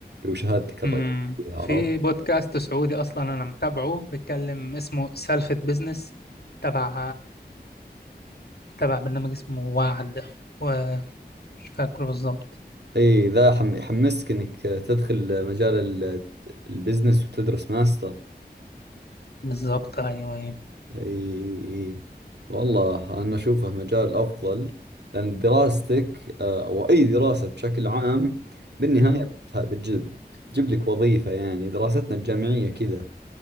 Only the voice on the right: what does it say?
هو شهادتك الرئيسية
عرفت؟
اي ذا حم... يحمسك انك تدخل مجال ال- البزنس وتدرس ماستر
اي اي والله انا اشوفه مجال افضل لان دراستك آه، او اي دراسة بشكل عام بالنهاية
بت- بتجيب بتجيب لك وظيفة يعني دراستنا الجامعية كذا